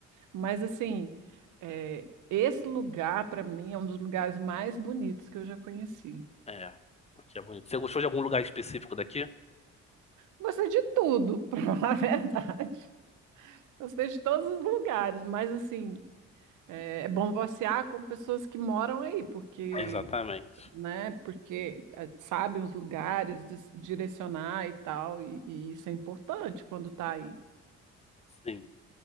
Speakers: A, on the right; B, on the left.
A: mas assim, é, esse lugar para mim é um dos lugares mais bonitos que eu já conheci.
B: é. Aqui é bonito. Você gostou de algum lugar específico daqui?
A: Gostei de tudo, <laughs> para falar a verdade. Gostei de todos os lugares, mas assim, é é bom passear com pessoas que moram aí, porque
B: Exatamente.
A: né? Porque eh, sabe os lugares, dis- direcionar e tal, e, e isso é importante quando está aí.
B: Sim.